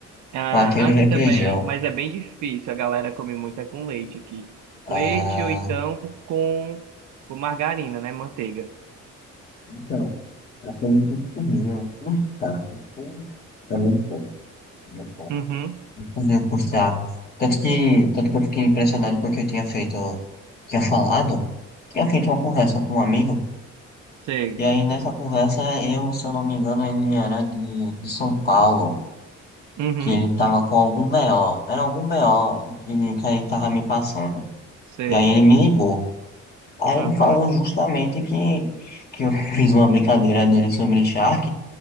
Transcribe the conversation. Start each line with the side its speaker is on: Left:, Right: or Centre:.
Right: Ah,
Left: com aquele
Right: aqui
Left: requeijão.
Right: também, mas é bem difícil. A galera come muito é com leite aqui.
Left: Ah,
Right: Leite ou então com, com margarina, né? Manteiga.
Left: Então, já falei tudo comigo, tudo tarde, tudo. É muito bom, é muito bom.
Right: Uhum,
Left: Vou fazer cursar. Tanto que, tanto que eu fiquei impressionado porque eu tinha feito, tinha falado, tinha feito uma conversa com um amigo,
Right: sei.
Left: e aí nessa conversa eu, se eu não me engano, ele era de, de São Paulo,
Right: Uhum.
Left: que ele tava com algum BO, era algum BO que ele, que ele tava me passando.
Right: Sei.
Left: E aí ele me ligou. Aí
Right: Aham.
Left: ele falou justamente que, que eu fiz uma brincadeira dele sobre Shark,